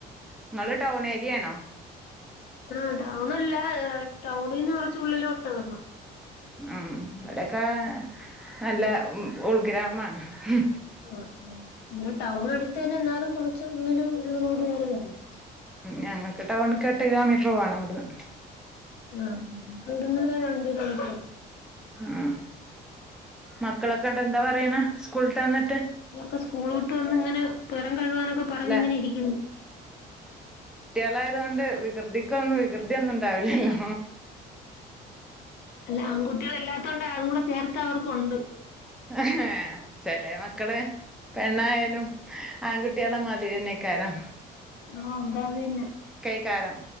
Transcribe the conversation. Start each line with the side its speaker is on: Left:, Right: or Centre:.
Centre: നിങ്ങള് ടൗൺ ഏരിയാണോ?
Left: ആ ടൗണല്ല ടൗണീന്ന് കൊറച്ച് ഉള്ളലോട്ട് വെരണം.
Centre: ഉം ഇവടെക്കെ നല്ല ഉൾഗ്രാമാണ്. ഹ്
Left: ആ ആ ഇവടെ ടൗൺ അടുത്ത് തന്നെ എന്നാലും കൊറച്ച് ഉള്ളില് ഉള്ള്റോഡ് കേറിവെരണം.
Centre: ഞങ്ങക്ക് ടൗണ്ക്ക് എട്ട് കിലോമീറ്റർ പോവണം ഇവട്ന്ന്.
Left: ആ ഞങ്ങക്ക് ഇവ്ട്ന്ന് രണ്ട് കിലോമീറ്റർ
Centre: ഉം മക്കളൊക്കെണ്ട് എന്തോ പറയണേ സ്കൂൾടാന്ന്
Left: മക്കളെക്കെ സ്കൂള് വിട്ട് വന്ന് ഇങ്ങനെ പെറം കഴുവാനൊക്കെ പറഞ്ഞിങ്ങനെ
Centre: അല്ല
Left: ഇരിക്കുന്ന്
Centre: അല്ലായത്കൊണ്ട് വികൃതിക്കൊന്നും വികൃതിയെന്നും ഉണ്ടാവില്ലല്ലോ
Left: അല്ല ആൺകുട്ടികളല്ലാം അതും കൂടെ ചേർത്തവർക്ക് ഒണ്ട്
Centre: എഹേ ചിലേ മക്കള് പെണ്ണായാലും ആൺ കുട്ടിയ്ള മാതിരിയെന്നെക്കാരം
Left: <unintelligible>
Centre: ക്കാരം